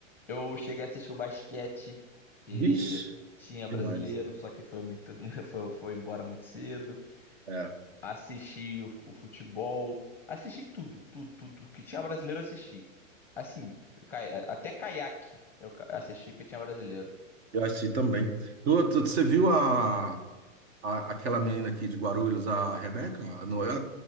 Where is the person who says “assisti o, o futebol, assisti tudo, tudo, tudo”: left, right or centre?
Centre